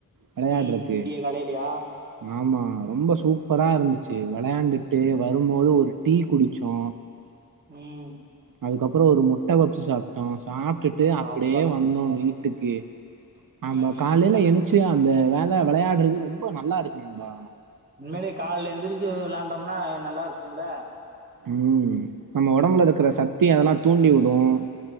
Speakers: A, on the right; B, on the right.
A: வெளையாடுறக்கு
B: ம் விடிய காலேலியா
A: ஆமா ரொம்ப சூப்பரா இருந்துச்சு வெளாண்டுட்டு
B: ம்
A: வரும்போது ஒரு டீ குடிச் சோ
B: ம்
A: அதுக்கப்பறோ ஒரு முட்ட பப்சு சாப்டோ சாப்டுட்டு அப்டே
B: அவ்வளவு
A: வந்தோ வீட் டுக்கு ஆமா
B: ம்
A: காலேல எனுச்சு ட்டு அந்த வேள வெளயடறது ரொம்ப நல்லாருக்கு நண்பா
B: உண்மேலே கால்ல எந்திரிச்சு வெளாண்டோம்னா நல்லாருக்கும்ல
A: ம் நம்ம உடம்புல இருக்ற சத்தி அதெல்லா தூண்டி வுடும்
B: ம்